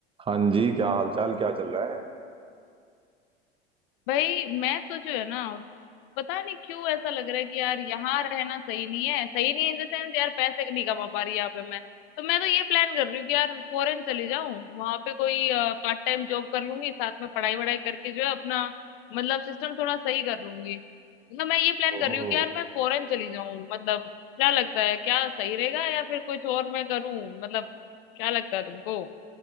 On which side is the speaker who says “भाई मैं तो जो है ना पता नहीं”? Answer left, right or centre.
Left